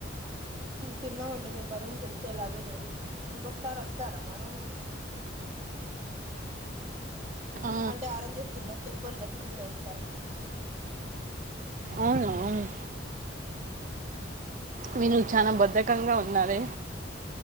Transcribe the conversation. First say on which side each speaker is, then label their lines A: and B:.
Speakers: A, on the right; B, on the right.
A: తిన్నామండి మీరు మా రూమ్కి వచ్చేలాగే లేరు ఇంకొకసారి వస్తారా మా రూమ్కి.
B: ఆ,
A: అంటే ఆరెంజెస్ తిన్నా తుప్పలు డస్ట్బిన్ లో ఎస్తారని పిలుస్తావుండము.
B: అవునా మీరు చాలా బద్ధకంగా ఉన్నారే.